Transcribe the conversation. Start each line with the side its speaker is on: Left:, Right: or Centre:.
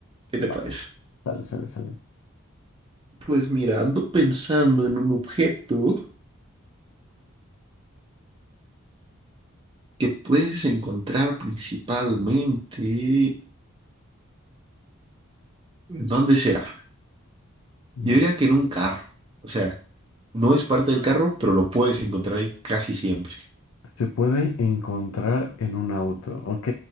Right: ¿qué
Left: Va,
Right: te parece?
Left: sale, sale, sale.
Right: Pues mira, ando pensando en un objeto que puedes encontrar principalmente. ¿Dónde será?
Left: Ujú.
Right: Yo diría que en un carro. O sea, no es parte del carro, pero lo puedes encontrar ahí casi siempre.
Left: Se puede encontrar en un auto. Ok,